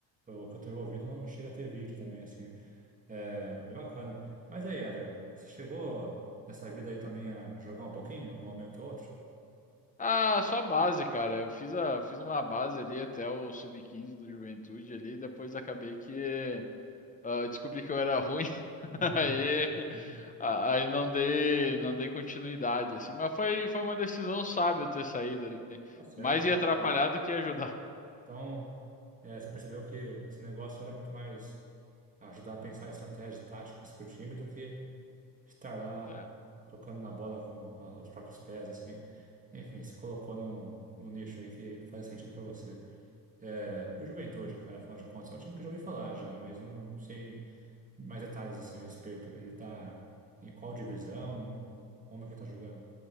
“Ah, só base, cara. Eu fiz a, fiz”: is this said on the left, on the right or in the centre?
Left